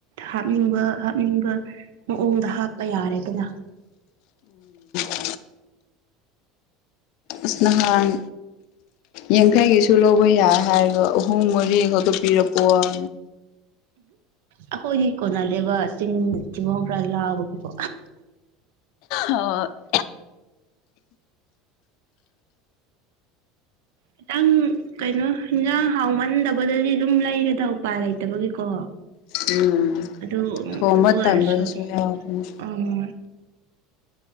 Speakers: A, on the right; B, on the left.
A: ꯍꯥꯞꯅꯤꯡꯕ ꯍꯥꯞꯅꯤꯡꯕ ꯃꯑꯣꯡꯗ ꯍꯥꯞꯄ ꯌꯥꯔꯦꯗꯅ
B: ꯎꯝ ꯏꯁ ꯅꯍꯥꯜ ꯌꯥꯡꯈꯩꯒꯤꯁꯨ ꯂꯧꯕ ꯌꯥꯏ ꯍꯥꯏꯔꯒ ꯑꯍꯨꯝ ꯃꯔꯤ ꯈꯛꯇꯄꯤꯔꯛꯄꯑꯣ
A: ꯑꯩꯈꯣꯏꯗꯤ ꯀꯣꯟꯅꯗꯦꯕ ꯆꯤꯡ ꯊꯤꯕꯣꯡ ꯈꯔ ꯂꯥꯎꯕꯒꯤꯀꯣ
B: ꯑ <unintelligible>
A: ꯈꯤꯇꯪ ꯀꯩꯅꯣ ꯏꯟꯖꯥꯡ ꯍꯥꯎꯃꯟꯗꯕꯗꯗꯤ ꯑꯗꯨꯝ ꯂꯩꯔꯦꯗ ꯎꯄꯥꯏ ꯂꯩꯇꯕꯒꯤꯀꯣ
B: ꯎꯝ
A: ꯑꯗꯨ
B: ꯊꯣꯡꯕ
A: ꯑꯗꯨ
B: ꯇꯟꯕꯗꯁꯨ
A: ꯑꯣꯏꯔꯁꯨ
B: ꯌꯥꯎꯕꯅꯦ
A: ꯎꯝ